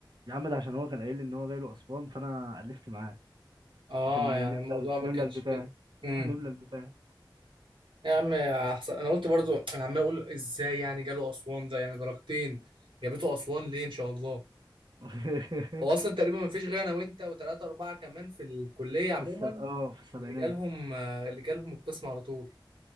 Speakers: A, on the right; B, on the right.
A: يا عم ده عشان هو كان قايل لي ان هو جاي له اسوان فانا الفت معاه
B: اه
A: عشان
B: يعني
A: نملى
B: الموضوع ما
A: نملى
B: كانش
A: البتاع
B: كده امم
A: نملى البتاع
B: يا عم يا حسن انا قلت برضو انا عمال اقول ازاي يعني جاله اسوان ده يعني درجتين جابته اسوان ليه ان شاء الله
A: <laughs>
B: هو اصلا تقريبا ما فيش غير انا وانت وثلاثه اربعه كمان في الكليه
A: في
B: عموما
A: الس... اه في السبعينات
B: اللي جالهم اللي جالهم القسم على طول